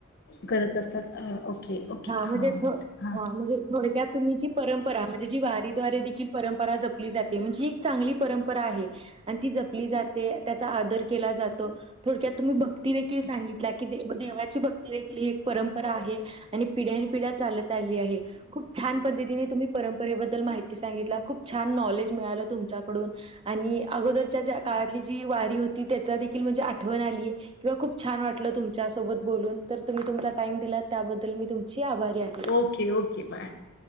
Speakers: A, on the left; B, on the right.
A: करत असतात अ ओके ओके
B: हा
A: हां
B: म्हणजे
A: हां
B: हा म्हणजे थोडक्यात तुम्ही जी परंपरा म्हणजे जी वारीद्वारे देखील परंपरा जप ली जाते म्हणजे एक चांगली परंपरा आहे आणि ती जपली जाते त्याचा आदर केला जातो थोडक्यात तुम्ही भक्ती देेखील सांगितला की देवाची भक्ती देखील ही एक परंपरा आहे आणि पिढ्यान पिढ्या चालत आली आहे खूप छान पद्धतीने तुम्ही परंपरेबद्दल माहिती सांगितला खूप छान नॉलेज मिळालं तुमच्याकडून आणि अगोदरच्या काळातली जी वारी होती त्याचा देखील म्हणजे आठवण आली आहे किंवा खूप छान वाटलं तुमच्यासोबत बोलून तर तुम्ही तुमचा टाईम दिलात त्याबद्दल मी तुमची आभारी आहे
A: ओके ओके बाय